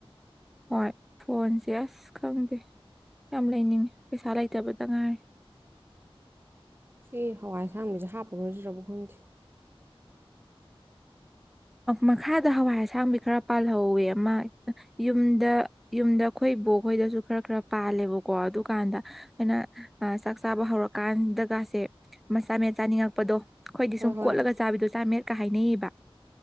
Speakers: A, in the centre; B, on the right.
A: ꯍꯣꯏ ꯐꯣꯟꯁꯦ ꯑꯁ ꯈꯪꯗꯦ ꯌꯥꯝ ꯂꯩꯅꯤꯡꯉꯤ ꯄꯩꯁꯥ ꯂꯩꯇꯕꯗ ꯉꯥꯏꯔ
B: ꯁꯤ ꯍꯋꯥꯏ ꯑꯁꯥꯡꯕꯤꯁꯦ ꯍꯥꯞꯄꯔꯣꯏꯁꯤ꯭ꯔꯕꯨ ꯈꯟꯗꯦ
A: ꯃꯈꯥꯗ ꯍꯋꯥꯏ ꯑꯁꯥꯡꯕꯤ ꯈꯔ ꯄꯥꯜꯍꯧꯋꯤ ꯑꯃ ꯌꯨꯝꯗ ꯌꯨꯝꯗ ꯑꯩꯈꯣꯏ ꯕꯈꯣꯏꯗꯁꯨ ꯈꯔ ꯈꯔ ꯄꯥꯜꯂꯦꯕꯀꯣ ꯑꯗꯨꯀꯥꯟꯗ ꯑꯩꯅ ꯆꯥꯛ ꯆꯥꯕ ꯍꯧꯔꯀꯥꯟꯗꯒꯁꯦ ꯃꯆꯥ ꯃꯌꯥ ꯆꯥꯅꯤꯡꯉꯛꯄꯗꯣ ꯑꯩꯈꯣꯏꯗꯤ
B: ꯍꯣꯏ
A: ꯁꯨꯝ
B: ꯍꯣꯏ
A: ꯀꯣꯠꯂꯒ ꯆꯥꯕꯤꯗꯣ ꯆꯥꯃꯦꯦꯠꯀ ꯍꯥꯏꯅꯩꯌꯦꯕ